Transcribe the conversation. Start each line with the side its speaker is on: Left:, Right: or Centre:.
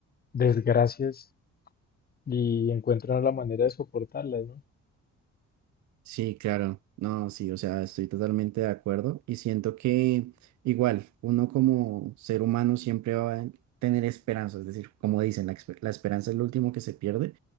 Left: desgracias y encuentra la manera de soportarlas, ¿no?
Right: Sí, claro. No, sí, o sea, estoy totalmente de acuerdo y siento que igual uno como ser humano siempre va a tener esperanza, es decir, como dicen, la, espe- la esperanza es lo último que se pierde